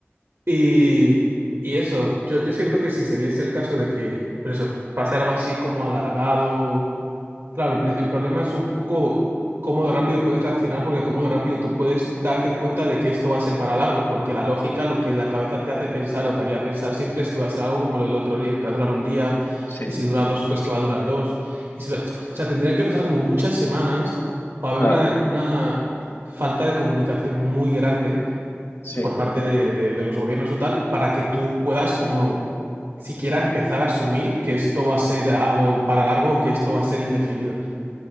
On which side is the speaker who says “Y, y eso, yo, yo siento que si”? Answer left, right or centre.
Right